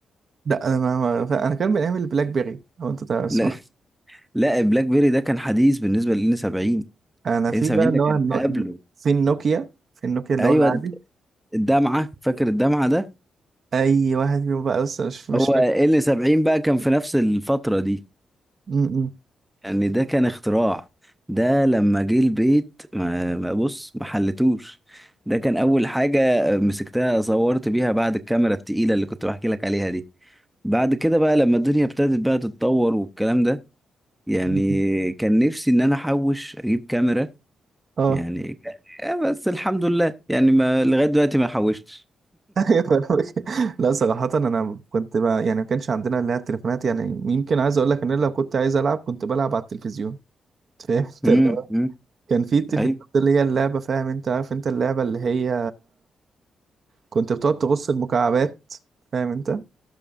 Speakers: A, on the right; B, in the centre.
A: لا انا ما ما- ف- انا كان بنعمل بلاك بيري لو انت تعرف اسمها
B: لا <laughs> لا بلاك بيري ده كان حديث بالنسبه للان 70
A: انا
B: الان
A: في
B: 70
A: بقى اللي
B: ده كان
A: هو النو...
B: قبله
A: في النوكيا في النوكيا اللي
B: ايوه
A: هو العادي
B: الد- الدمعه فاكر الدمعه ده
A: اي واحد فيهم بقى بس مش مش
B: هو
A: فاكر
B: ان 70 بقى كان في نفس الفتره دي
A: م-
B: يعني ده كان اختراع ده لما جه البيت ما ما- بص ما حلتوش ده كان اول حاجه مسكتها صورت بيها بعد الكاميرا التقيله اللي كنت بحكي لك عليها دي بعد كده بقى لما الدنيا ابتدت بقى تتطور والكلام ده يعني
A: م.
B: كان نفسي ان انا احوش اجيب كاميرا
A: اه
B: يعني كان... آه، بس الحمد لله يعني ما لغايه دلوقتي ما حوشتش
A: أيوة، فاهمك. لا صراحة أنا كنت بقى يعني ما كانش عندنا اللي هي التليفونات يعني يمكن عايز أقول لك إن أنا لو كنت عايز ألعب كنت بلعب على التلفزيون فاهم أنت
B: امم
A: <laughs> اللي هو
B: أمم.
A: كان في التلفزيون
B: ايوه
A: ده اللي هي اللعبة فاهم أنت عارف أنت اللعبة اللي هي كنت بتقعد تغص المكعبات فاهم أنت